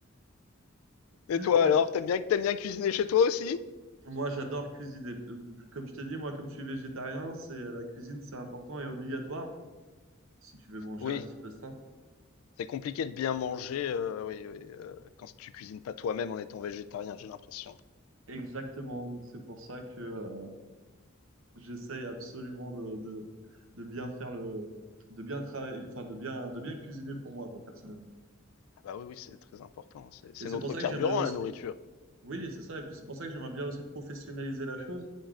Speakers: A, on the left; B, on the right.
A: Et
B: <laughs>
A: toi alors, t'aimes bien, t'aimes bien cuisiner chez toi aussi?
B: Moi, j'adore cuisiner. Euh, Comme je t'ai dit, moi, comme je suis végétarien, c'est euh, la cuisine, c'est important et obligatoire si tu veux manger
A: Oui.
B: un petit peu ça.
A: C'est compliqué de bien manger, heu, oui, oui, heu, quand tu cuisines pas toi-même en étant végétarien, j'ai l'impression.
B: Exactement. Donc, c'est pour ça que euh, j'essaye absolument de, de, de bien faire le, de bien travailler, enfin, de bien, de bien cuisiner pour moi, quoi, personnellement.
A: Ah bah, oui, oui, c'est très important, hein, c'est c'est
B: Et c'est
A: notre
B: pour ça
A: carburant,
B: que j'aimerais aussi,
A: la nourriture.
B: oui, c'est ça. Et puis, c'est pour ça que j'aimerais bien aussi professionnaliser la chose